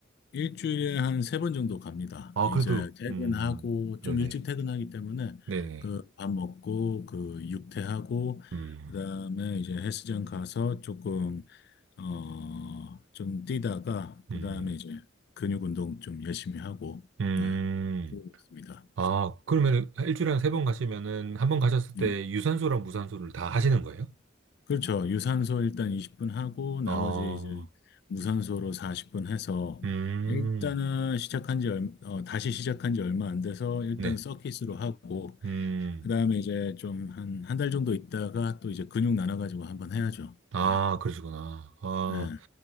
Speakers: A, on the left; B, on the right.
A: 일주일에 한 세 번 정도 갑니다.
B: 아,
A: 이제
B: 그래도,
A: 퇴근하고
B: 음, 네네,
A: 좀 일찍 퇴근하기 때문에
B: 네네,
A: 그 밥 먹고 그 육퇴하고
B: 음,
A: 그다음에 이제 헬스장 가서 조금 어 좀 뛰다가 그다음에
B: 음,
A: 이제 근육 운동 좀 열심히 하고
B: 음.
A: 네. 그러고 있습니다.
B: 아, 그러면 일주일에 한 세 번 가시면은, 한 번 가셨을 때
A: 음.
B: 유산소랑 무산소를 다 하시는 거예요?
A: 그렇죠. 유산소 일단 20분 하고 나머지
B: 아,
A: 이제 무산소로 40분 해서
B: 음,
A: 일단은 시작한 지 얼- 어, 다시 시작한 지 얼마 안 돼서 일단
B: 네,
A: 서킷으로 하고
B: 음,
A: 그다음에 이제 좀 한 한 달 정도 있다가 또 이제 근육 나눠 가지고 한번 해야죠.
B: 아,
A: 예.
B: 그러시구나. 아,
A: 예.